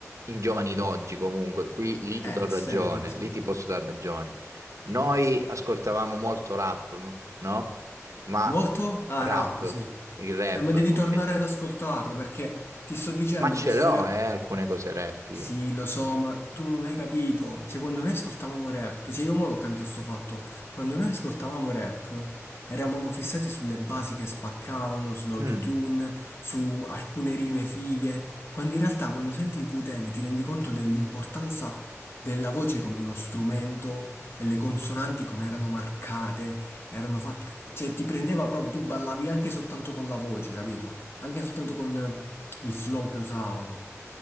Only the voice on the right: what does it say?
in giovani d'oggi comunque, qui lì ti
do ragione,
lì ti posso dare ragione. Noi ascoltavamo molto rap, m- no? Ma
rap,
il rap,
ok.
Ma ce
l'ho,
eh, alcune cose rap io.
Mm.